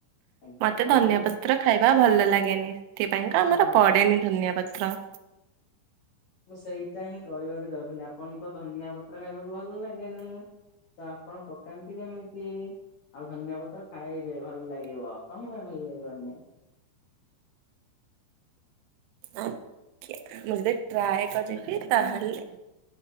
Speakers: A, on the left; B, on the right.
A: ଆଜ୍ଞା
B: ମତେ ଧନିଆ
A: ଆଉ ମୁଁ
B: ପତ୍ର ଖାଇବା ଭଲ ଲାଗେନି ସେଥିପାଇଁକା
A: ହଁ
B: ଆମର ପଡେନି। ଧନିଆ ପତ୍ର।
A: ମୁଁ ସେଇଟା ହିଁ କହିବାକୁ ଯାଉଥିଲି ଆପଣ ତ ଧନିଆ ପତ୍ର ଖାଇବାକୁ ଭଲ ଲାଗେନି। ତ ଆପଣ ପକାନ୍ତି କେମିତି? ଆଉ ଧନିଆ ପତ୍ର ଖାଇବେ ଭଲ ଲାଗିବ କଣ ପାଇଁ ଭଲ ଲାଗିବନି।
B: ଆଜ୍ଞା ମୁଁ ଯଦି ଟ୍ରାଏ କରିକି ତାହେଲେ